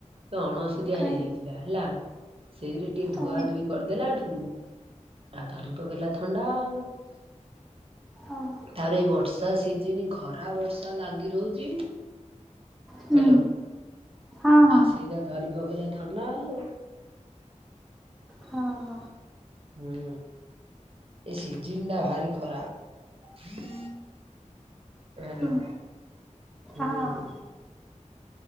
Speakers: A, on the right; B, in the centre.
A: ଏ ଅଣସୁଦିଆ
B: କଣ
A: ହେଇଯାଇଥିଲା ହେଲା ସେଇରେ ଟିକେ
B: ହୁଁ
A: ଧୁଆଧୁଇ କରିଦେଲାଠୁ ଆଉ ଧରି ପକେଇଲା ଥ ଥଣ୍ଡା ଆଉ
B: ହଉ
A: ତାପରେ ଏଇ ବର୍ଷା ସିଜନି ଖରା ବର୍ ର୍ଷା ଲାଗି ରହୁଚି।
B: ହୁଁ
A: ହାଲୋ
B: ହଁ ହଁ
A: ଆଉ ସେଇଟା ଧରି ପକେଇଲା ଥଣ୍ଡା ଆଉ।
B: ହଁ।
A: ହୁଁ ଏ ସିଜିନଟା ଭାରି ଖରାପ। ହାଲୋ।
B: ହୁଁ
A: ହୁଁ।
B: ହଁ